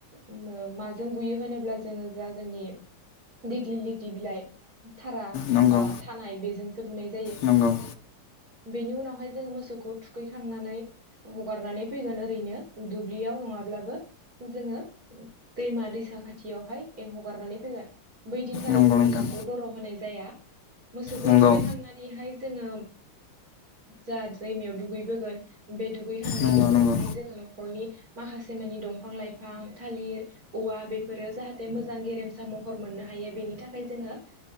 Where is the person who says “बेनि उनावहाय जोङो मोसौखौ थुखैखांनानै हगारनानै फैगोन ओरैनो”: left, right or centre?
Right